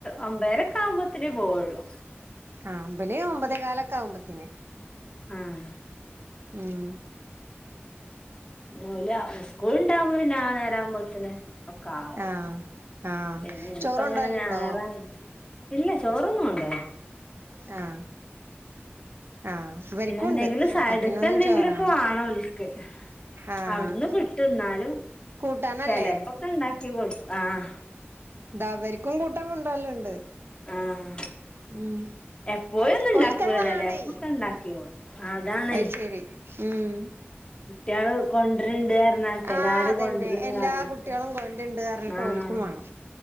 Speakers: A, on the left (about 25°); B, on the right (about 60°).
A: ഒമ്പേരക്കാവുമ്പോത്ത്നേ പോവൊള്ളു
B: ആഹ് ബല് ഒമ്പതെ കാലൊക്കാവുമ്പത്തിന്
A: ഉം
B: ഉം
A: നൂല, ഉസ്കൂള്ണ്ടാവുമ്പൊ പിന്നെ ആ നേരാവുമ്പോത്തിന് ഒക്കാവും,
B: ആഹ് ആഹ്
A: പിന്നെ ഇന്ന്പ്പങ്ങനെ
B: ചോറ് കൊണ്ടോവലുണ്ടോ
A: ഞായറായി ഇല്ല ചോറൊന്നു കൊണ്ടോവെല്ല
B: ആഹ് ആഹ് ഇവര്ക്കുണ്ട്
A: പിന്നെന്തെങ്കിലും സൈഡ്ക്കെന്തെങ്കിലൊക്കെ
B: അപ്പക്കിനൊന്നും ചോറ് വേണ്ട
A: വാണോൽക്ക്
B: ആഹ്
A: അവ്ട്ന്ന് കിട്ടു ന്നാലും
B: കൂട്ടാനല്ലേ
A: ചെലേപ്പൊക്കെ ണ്ടാക്കികൊടുക്കും ആഹ്
B: താ വര്ക്കും കൂട്ടാൻ കൊണ്ടോവല്ണ്ട്
A: ആഹ്
B: ഉം
A: എപ്പോഴൊന്നും ഉണ്ടാക്കൂല
B: ഓൽക്കഹ് വാണേ
A: ചെലേപ്പൊക്കെ ഉണ്ടാക്കി കൊടുക്കും അതാണേ
B: അയ് ശരി ഉം
A: കുട്ട്യാള് കൊണ്ടര്ണ്ട് പറഞ്ഞാട്ട് എല്ലാരും
B: ആ അതന്നെ
A: കൊണ്ടരുംന്ന്
B: എല്ലാ
A: പറഞ്ഞാട്ട്
B: കുട്ട്യാലും കൊണ് ണ്ട്ര്ഞ്ഞ്ട്ട്
A: ആഹ്
B: ഓൽക്കും വാണം